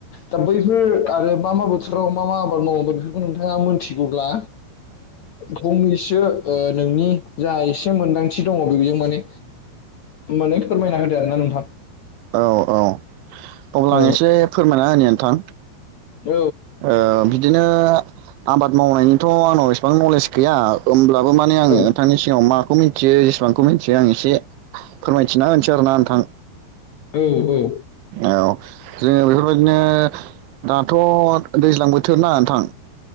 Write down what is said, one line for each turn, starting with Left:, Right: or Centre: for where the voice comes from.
Left: दा बैफोर आरो मा मा मा बोथोराव मा मा आबाद मावोमोन बेफोरखौ नोंथाङा मोनथिगौब्ला ओ बिदिसो नोंनि जा एसे मोनदांथि दङ बेजों माने माने फोरमायना होदो आरो ना नोंथां
Right: औ औ अब्ला
Left: औ
Right: आं एसे फोरमायना होनि नोंथां
Left: औ
Right: ओ बिदिनो आबाद मावनायनिथ' आंनाव इसिबां नलेज गैया ओमब्ला अ माने आंङो
Left: औ
Right: नोंथांनि सिगाङाव माखौ मिन्थियो जेसेबांखौ मिथिया आं एसे फोरमायथिना होनोसै आरोना नोंथां
Left: औ औ
Right: औ जोंङो बे फोरबायदिनो दाथ' दैज्लां बोथोर ना नोंथां